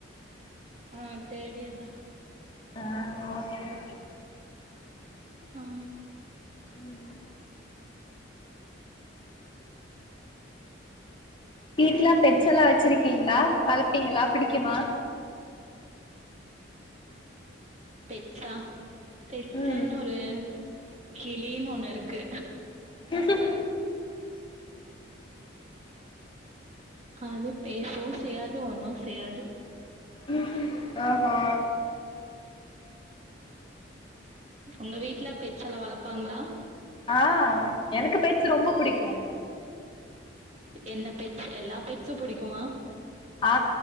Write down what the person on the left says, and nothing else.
ஆ ஓகே ஓகே.
ம் வீட்ல பெட்ஸல்லா வச்சிருக்கீங்களா வளப்பீங்களா பிடிக்குமா?
ம்
<unintelligible>
ம்ஹூம் ஓஹோ
ஆ எனக்கு பெட்ஸ் ரொம்ப புடிக்கு.
ஆ